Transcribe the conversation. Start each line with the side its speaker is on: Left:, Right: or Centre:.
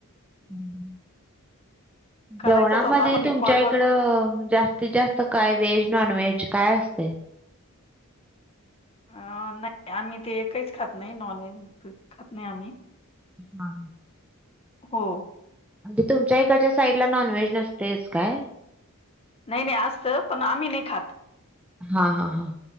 Centre: हम्म.
Left: करायचाच
Centre: जेवणामध्ये
Left: होता पण
Centre: तुमच्या
Left: एक कॉलवर
Centre: इकडं जास्त त जास्त काय व्हेज नॉनव्हेज काय असतय?
Left: अ नाही, आम्ही ते काहीच खात नाही नॉनव्हेज खात नाही आम्ही,
Centre: हा.
Left: हो.
Centre: म्हणजे तुमच्या इकडच्या साईड ला नॉनव्हेज नसतयच काय?
Left: नाही नाही असतं,, पण आम्ही नाही खात
Centre: हा हा हा.